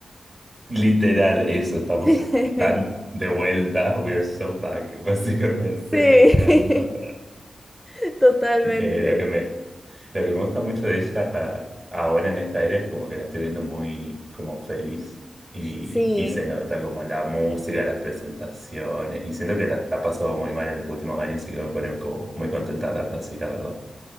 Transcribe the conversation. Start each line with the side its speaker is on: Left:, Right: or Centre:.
Right: Literal, eso, estamos
Centre: <laughs>
Right: tan de vuelta, we are so back, <laughs> básicamente,
Centre: Sí,
Right: me encanta.
Centre: <laughs> sí, <laughs> totalmente.
Right: Eh, lo que me, Lo que me gusta mucho de ella ahora en esta era es como que la estoy viendo muy como feliz y,
Centre: Sí.
Right: y se nota como en la música, las presentaciones y siento que la ha pasado muy mal en los últimos años y que me pone como muy contenta de verla así, la verdad.